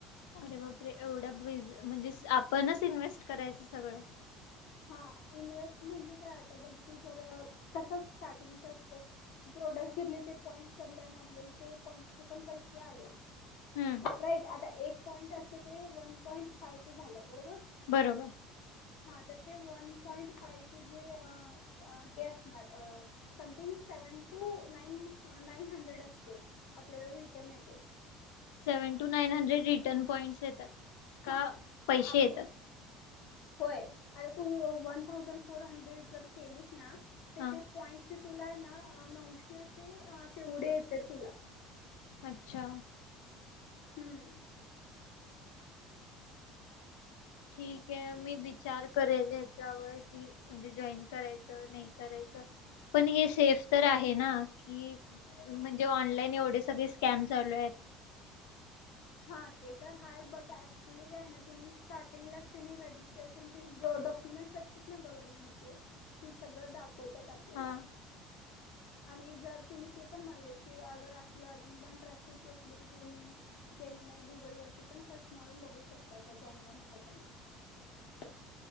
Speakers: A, on the left (about 80°); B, on the left (about 60°).
A: अरे बापरे! एवढं ब्रिज म्हणजे आपणच इन्व्हेस्ट करायचं सगळं
B: हा इन्वेस्ट म्हणजे काय आता बघ तू जर कस स्टार्टिंगच असतय प्रोडक्ट घेतली ते पॉईंट्स पडले आणि ते आपल्याला पॉईंट्स चे पण पैसे आले
A: हम्म
B: राईट आता एक पॉईंट असते ते वन पॉईंट फायच झालं बरोबर
A: बरोबर
B: हा तर ते वन पॉईंट फाय चे जे अ अ ते असणार अं समथिंग सेवन टू नाइन अं नाइन हंड्रेड असते आपल्याला रिटर्न येते
A: seven two nine hundred return points येतात का
B: हा
A: पैशे
B: आपण
A: येतातच?
B: होय आता तू वन थावजन्ड फोर हंड्रेड जर केलेस ना ते
A: हां
B: ते पॉइंटस तुला ना आं नऊशे आं ते तेवढे येते तुला
A: अच्छा!
B: हम्म
A: ठीकये मी विचार करेल ह्याच्यावर कि म्हणजे जॉईन करायच नाही करायच पण हे सेफ तर आहे ना कि म्हणजे ऑनलाईन एवढे सगळे स्कॅम चालू आहेत
B: हा ते तर हाय बट ऍक्च्युली काय ना ति स्टार्टिंगलाच रजिस्ट्रेशन डॉक्युमेंटस असत्यात ना गव्हर्नमेंट चे ते सगळं दाखव आपल्याला
A: हा
B: आणि जर तेनी ते पण म्हणलेत की अगर असल अजून पण ट्रस्ट इशू असले की तुम्ही जेमिनाय गुगल वरती पण सर्च मारून बघू शकताय का ज्यानुअन हाय का नाय